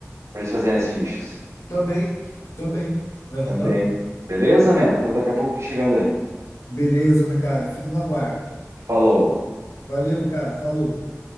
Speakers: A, on the right; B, on the left.
A: Pra eles fazerem as fichas
B: Também, também. Aham.
A: também. Beleza, mano? Então daqui a pouco eu tô chegando aí.
B: Beleza, cara. Fico no aguardo.
A: Falou.
B: Valeu, cara. Falou.